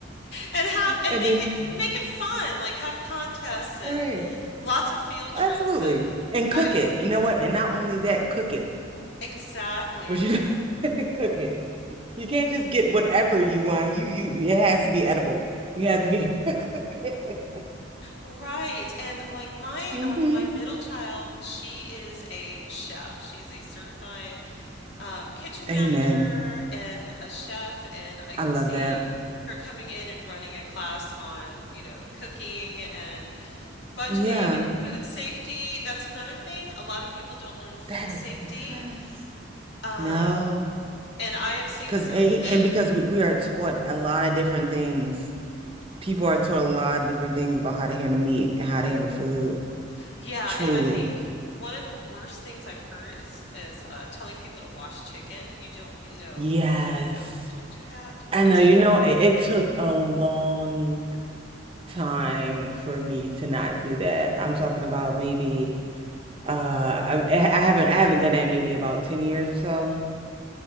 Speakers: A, on the left; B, on the right.
A: And have and
B: and
A: make
B: then
A: it make it fun. Like have contests and
B: right.
A: lots of field
B: Absolutely.
A: trips and
B: And
A: I
B: cook it. You know what? And not only that, cook it.
A: exactly.
B: What you
A: I
B: <laughs> cook it. You can't just get whatever you want. You you it has to be edible. You have to be <laughs> cook it.
A: right. And like my
B: hmm
A: um my middle child, she is a chef. She's a certified um, kitchen
B: Amen.
A: manager and a chef, and I could
B: I love
A: see
B: that.
A: her coming in and running a class on, you know, cooking and budgeting
B: Yeah.
A: and food safety. That's another thing. A lot of people don't learn food
B: That is
A: safety.
B: yes.
A: Um,
B: No.
A: and I have seen
B: Because
A: some,
B: and, and because we, we are taught a lot of different things people are taught a lot of different things about how to handle meat and how to handle food.
A: <laughs> <sighs> yeah,
B: Truly.
A: and I think one of the worst things I've heard is is uh, telling people to wash chicken. You don't, no,
B: Yes.
A: no, no, no, don't do that. Don't.
B: I know, you
A: <laughs>
B: know, it, it took a long time for me to not do that. I'm talking about maybe uh I, I haven't I haven't done that in maybe about 10 years or so.